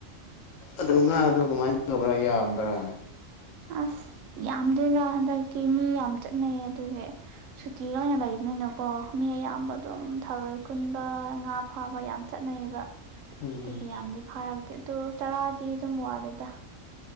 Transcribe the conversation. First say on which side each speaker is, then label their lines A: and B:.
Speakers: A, on the left; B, on the right.
A: ꯑꯗꯨ ꯉꯥꯗꯣ ꯀꯃꯥꯏꯅ ꯇꯧꯕ꯭ꯔꯥ ꯌꯥꯝꯕ꯭ꯔꯥ
B: ꯑꯁ ꯌꯥꯝꯗꯦꯗ ꯍꯟꯗꯛꯀꯤ ꯃꯤ ꯌꯥꯝ ꯆꯠꯅꯩꯌꯦ ꯑꯗꯨꯒꯤ ꯁꯨꯇꯤ ꯂꯣꯏ ꯑꯣꯏꯅ ꯂꯩꯕꯅꯤꯅꯀꯣ ꯃꯤ ꯑꯌꯥꯝꯕ ꯑꯗꯨꯝ ꯊꯧꯔꯣꯏ ꯀꯨꯟꯕ ꯉꯥ ꯐꯥꯕ ꯌꯥꯝ ꯆꯠꯅꯩꯌꯦꯕ
A: ꯎꯝ
B: ꯑꯗꯨꯒꯤ ꯌꯥꯝꯗꯤ ꯐꯥꯔꯛꯇꯦ ꯑꯗꯨ ꯇꯔꯥꯗꯤ ꯑꯗꯨꯝ ꯋꯥꯠꯂꯦꯗ